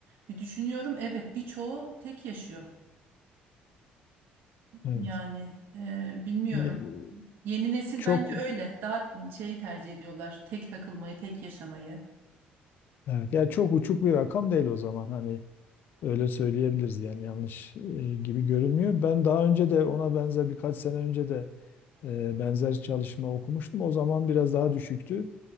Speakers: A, on the right (about 65°); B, on the left (about 60°).
A: bir düşünüyorum evet birçoğu tek yaşıyor
B: Evet.
A: yani e, bilmiyorum.
B: E,
A: Yeni nesil
B: Çok
A: bence öyle. Daha şey tercih ediyorlar. Tek takılmayı, tek yaşamayı.
B: evet. Yani çok uçuk bir rakam değil o zaman hani öyle söyleyebiliriz yani yanlış e, gibi görünmüyor. Ben daha önce de ona benzer birkaç sene önce de e, benzer çalışma okumuştum. O zaman biraz daha düşüktü.